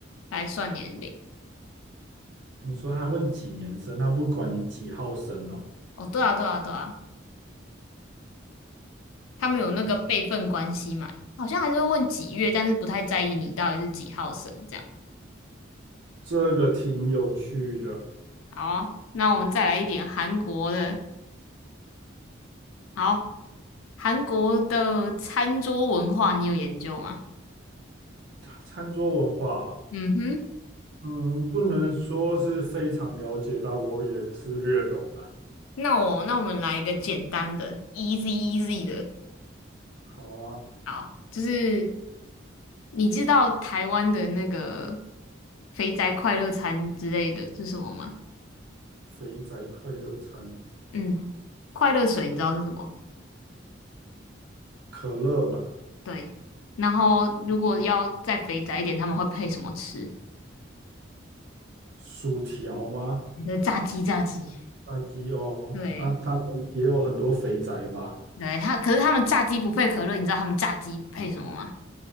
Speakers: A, on the left; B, on the right.
A: 来算年龄。
B: 你说他问几年生，他不管你几号生哦。
A: 哦，对啊，对啊，对啊。他们有那个辈分关系嘛，
B: 啊，
A: 好像还是会问几月，但是不太在意你到底是几号生这样。
B: 这个挺有趣的。
A: 好啊那我们再来一点韩国的。好，韩国的餐桌文化你有研究吗？
B: 餐餐桌文化啊，
A: 嗯哼，
B: 嗯，不能说是非常了解，但我也是略懂啦。
A: 那我那我们来一个简单的，easy easy 的。
B: 好啊，
A: 好，就是你知道台湾的那个肥宅快乐餐之类的是什么吗？
B: 肥宅快乐餐，
A: 嗯，快乐水你知道是什么？
B: 可乐嘛，
A: 对，然后如果要再肥宅一点，他们会配什么吃？
B: 薯条吗？
A: 那炸鸡，炸鸡。
B: 炸鸡哦，
A: 对，
B: 啊，他们也有很多肥宅吧？
A: 对，他可是他们炸鸡不配可乐，你知道他们炸鸡配什么吗？